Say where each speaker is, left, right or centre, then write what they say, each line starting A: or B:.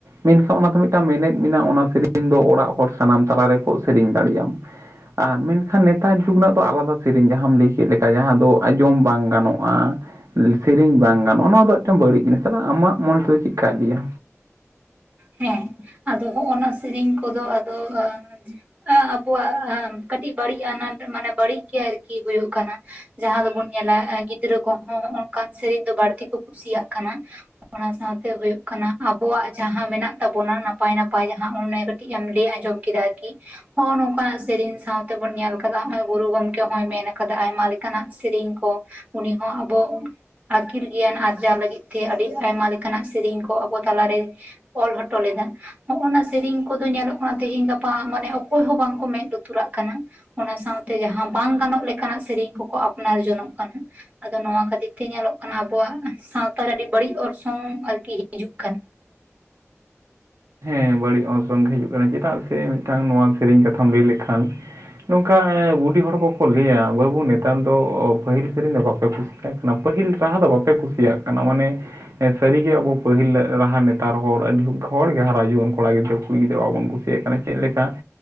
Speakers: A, on the right; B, on the right.
A: ᱢᱮᱱᱠᱷᱟᱱ ᱚᱱᱟ ᱫᱚ ᱢᱤᱫᱴᱟᱝ ᱢᱮᱱᱮᱫ ᱢᱮᱱᱟᱜᱼᱟ᱾ ᱚᱱᱟ ᱥᱮᱨᱮᱧ ᱫᱚ ᱚᱲᱟᱜ ᱦᱚᱲ ᱥᱟᱱᱟᱢ ᱛᱟᱞᱟ ᱨᱮᱠᱚ ᱥᱮᱨᱮᱧ ᱫᱟᱲᱮᱭᱟᱢ᱾ ᱟᱨ ᱢᱮᱱ ᱮᱠᱷᱟᱱ ᱱᱮᱛᱟᱨ ᱡᱩᱜᱽ ᱨᱮᱱᱟᱜ ᱫᱚ ᱟᱞᱟᱫᱟ ᱥᱮᱨᱮᱧ, ᱡᱟᱦᱟᱸ ᱫᱚ ᱪᱮᱫ ᱞᱮᱠᱟ, ᱡᱟᱦᱟᱸ ᱫᱚ ᱟᱸᱡᱚᱢ ᱵᱟᱝ ᱜᱟᱱᱚᱜᱼᱟ᱾ <unintelligible> ᱥᱮᱨᱮᱧ ᱵᱟᱝ ᱜᱟᱱᱚᱜᱼᱟ, ᱱᱚᱣᱟ ᱫᱚ ᱢᱤᱫᱴᱟᱝ ᱵᱟᱹᱲᱤᱡ ᱡᱤᱱᱤᱥ ᱛᱟᱦᱚᱞᱮ ᱟᱢᱟᱜ ᱢᱚᱱᱮ ᱛᱮᱫᱚ ᱪᱮᱫ ᱠᱟᱭ ᱞᱤᱭᱟ?
B: ᱦᱮᱸ ᱟᱫᱚ ᱦᱚᱸᱜ-ᱱᱟ ᱥᱮᱨᱮᱧ ᱠᱚᱫᱚ ᱟᱫᱚᱜᱼᱟ ᱡᱮ, ᱮᱸ ᱟᱵᱚᱣᱟᱜ ᱠᱟᱹᱴᱤᱡ ᱵᱟᱹᱲᱤᱡ ᱟᱱᱟᱴ ᱢᱟᱱᱮ ᱵᱟᱹᱲᱤᱡ ᱜᱮ ᱟᱨᱠᱤ ᱦᱩᱭᱩᱜ ᱠᱟᱱᱟ᱾ ᱡᱟᱦᱟᱸ ᱫᱚᱵᱚᱱ ᱧᱮᱞᱟ, ᱜᱤᱫᱽᱨᱟᱹ ᱠᱚᱦᱚᱸ ᱦᱚᱸᱜ ᱚᱱᱠᱟᱱ ᱥᱮᱨᱮᱧ ᱫᱚ ᱵᱟᱹᱲᱛᱤ ᱠᱚ ᱠᱩᱥᱤᱭᱟᱜ ᱠᱟᱱᱟ᱾ ᱚᱱᱟ ᱥᱟᱶᱛᱮ ᱦᱩᱭᱩᱜ ᱠᱟᱱᱟ ᱟᱵᱚᱣᱟᱜ ᱡᱟᱦᱟᱸᱼᱼ ᱡᱟᱦᱟᱸ ᱢᱮᱱᱟᱜ ᱛᱟᱵᱚᱱᱟ ᱱᱟᱯᱟᱭ ᱱᱟᱯᱟᱭ ᱡᱟᱦᱟᱸ ᱚᱱᱮ ᱠᱟᱹᱴᱤᱡ ᱮᱢ ᱞᱟᱹᱭ ᱟᱸᱡᱚᱢ ᱠᱮᱫᱟ ᱠᱤ ᱦᱚᱜᱼ ᱱᱚᱝᱠᱟᱱᱟᱜ ᱥᱮᱨᱮᱧ ᱥᱟᱶᱛᱮᱵᱚᱱ ᱧᱮᱞ ᱠᱟᱫᱟ ᱱᱚᱜᱚᱭ ᱜᱩᱨᱩ ᱜᱚᱝᱠᱮ ᱦᱚᱭ ᱢᱮᱱ ᱠᱟᱫᱟ ᱟᱭᱢᱟ ᱞᱮᱠᱟᱱᱟᱜ ᱥᱮᱨᱮᱧ ᱠᱚ ᱩᱱᱤ ᱦᱚᱸ ᱟᱵᱚ ᱟᱹᱠᱤᱞ ᱜᱮᱭᱟᱱ ᱟᱨᱡᱟᱣ ᱞᱟᱹᱜᱤᱫ ᱛᱮ ᱟᱹᱰᱤ ᱟᱭᱢᱟ ᱞᱮᱠᱟᱱᱟᱜ ᱥᱮᱨᱮᱧ ᱠᱚ ᱟᱵᱚ ᱛᱟᱞᱟᱨᱮ ᱚᱞ ᱦᱚᱴᱚ ᱞᱮᱫᱟ ᱦᱚᱜᱼ ᱱᱟ ᱥᱮᱨᱮᱧ ᱠᱚᱫᱚ ᱧᱮᱞᱚᱜ ᱠᱟᱱᱟ ᱛᱮᱦᱮᱧ ᱜᱟᱯᱟ ᱢᱟᱱᱮ ᱚᱠᱚᱭ ᱦᱚᱸ ᱵᱟᱝᱠᱚ ᱢᱮᱫ ᱞᱩᱛᱩᱨᱟᱜ ᱠᱟᱱᱟ᱾ ᱚᱱᱟ ᱥᱟᱶᱛᱮ ᱡᱟᱦᱟᱸ ᱵᱟᱝ ᱜᱟᱱᱚᱜ ᱞᱮᱠᱟᱱᱟᱜ ᱥᱮᱨᱮᱧ ᱠᱚᱠᱚ ᱟᱯᱱᱟᱨ ᱡᱚᱱᱚᱜ ᱠᱟᱱᱟ᱾ ᱟᱫᱚ ᱱᱚᱣᱟ ᱠᱷᱟᱹᱛᱤᱨ ᱛᱮ ᱧᱮᱞᱚᱜ ᱠᱟᱱᱟ ᱟᱵᱚᱣᱟᱜ ᱥᱟᱶᱛᱟᱨᱮ ᱟᱹᱰᱤ ᱵᱟᱹᱲᱤᱡ ᱚᱨᱥᱚᱝ ᱟᱨᱠᱤ ᱦᱤᱡᱩᱜ ᱠᱟᱱᱟ᱾
A: ᱦᱮᱸ ᱵᱟᱹᱲᱤᱡ ᱚᱨᱥᱚᱝ ᱜᱮ ᱦᱤᱡᱩᱜ ᱠᱟᱱᱟ ᱪᱮᱫᱟᱜ ᱥᱮ ᱢᱤᱫᱴᱟᱝ ᱱᱚᱣᱟ ᱥᱮᱨᱮᱧ ᱠᱟᱛᱷᱟᱢ ᱞᱟᱹᱭ ᱞᱮᱠᱷᱟᱱᱼᱼ ᱱᱚᱝᱠᱟ ᱵᱩᱰᱤᱷᱤ ᱦᱚᱲ ᱠᱚᱠᱚ ᱞᱟᱹᱭᱟ ᱵᱟᱹᱵᱩ ᱱᱮᱛᱟᱨ ᱫᱚ ᱯᱟᱹᱦᱤᱞ ᱥᱮᱨᱮᱧ ᱫᱚ ᱵᱟᱯᱮ ᱠᱩᱥᱤᱤᱭᱟᱜ-ᱟ ᱯᱟᱹᱦᱤᱞ ᱨᱟᱦᱟ ᱫᱚ ᱵᱟᱯᱮ ᱠᱩᱥᱤᱭᱟᱜ ᱠᱟᱱᱟ ᱢᱟᱱᱮ ᱥᱟᱹᱨᱤ ᱜᱮ ᱟᱵᱚ ᱯᱟᱹᱦᱤᱞ ᱨᱟᱦᱟ ᱱᱮᱛᱟᱨ ᱦᱚᱲ ᱟᱹᱰᱤ ᱦᱚᱲᱜᱮ ᱦᱟᱨᱟ ᱡᱩᱣᱟᱹᱱ ᱠᱚᱲᱟ ᱜᱤᱫᱽᱨᱟᱹ ᱠᱩᱲᱤ ᱜᱤᱫᱽᱨᱟᱹ ᱵᱟᱵᱚᱱ ᱠᱩᱥᱤᱭᱟᱜ ᱠᱟᱱᱟ ᱪᱮᱫ ᱞᱮᱠᱟ